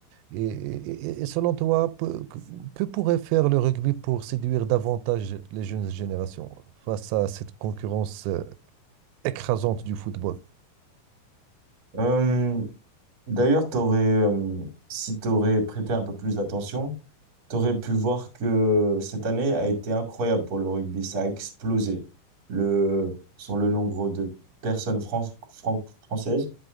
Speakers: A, on the right; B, on the right.
A: et, et- et selon toi, peu- que, que pourrait faire le rugby pour séduire davantage les jeunes générations face à cette concurrence euh, écrasante du football?
B: Hum, D'ailleurs, t'aurais, euh, si tu aurais prêté un peu plus d'attention, tu aurais pu voir que cette année a été incroyable pour le rugby. Ça a explosé le, sur le nombre de personnes fran- fran- françaises